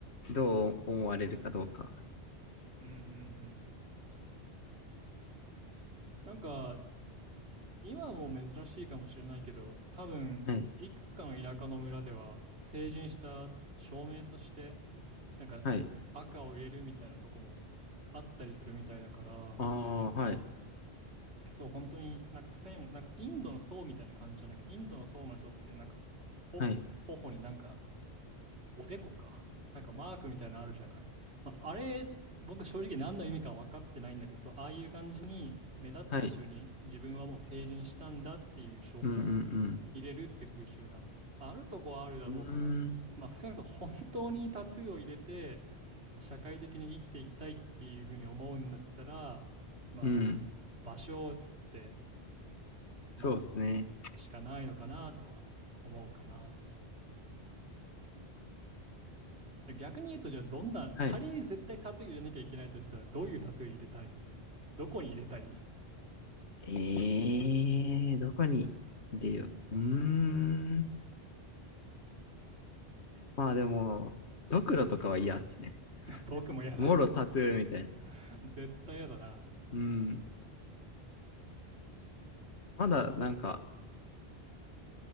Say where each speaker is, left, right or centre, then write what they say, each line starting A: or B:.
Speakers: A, on the left; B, on the right.
A: どう思われるかどうか。
B: うんうんうん。なんか、今はもう珍しいかもしれないけど、多分、
A: はい。
B: いくつかの田舎の村では、成人した証明として、なんか赤を入れるみたいなとこもあったりするみたいだから、
A: はい。ああ、はい。
B: そう、本当になんか線を、なんかインドの僧みたいな感じじゃないインドの僧の人ってなんか、ほ、
A: はい。
B: 頬になんか、おでこか、なんかマークみたいなのあるじゃない。まあ、あれ、僕正直何の意味か分かってないんだけど、そう、ああいう感じに目立つ場所に自分はもう成人したんだっていう証拠を
A: はい。うんうん
B: 入れるって風習が、まあ、あるとこはあるだろうから、
A: うん。うーん。
B: まあ、少なくとも本当にタトゥーを入れて、まあ社会的に生きていきたいっていうふうに思うんだったら、まあ、
A: うん。
B: 場所を移って、ま
A: そうですね。
B: あ、しかないのかなとは思うかな。で逆に言うと、じゃあどんな、
A: はい。
B: 仮に絶対タトゥー入れなきゃいけないとしたら、どういうタトゥー入れたいどこに入れたい
A: ええー、どこに出よう。うーん。まあでも、ドクロとかは嫌っすね。
B: <laughs> 僕も嫌だ
A: もろタトゥーみたいな。
B: <laughs> 絶対嫌だな。
A: うん。まだなんか、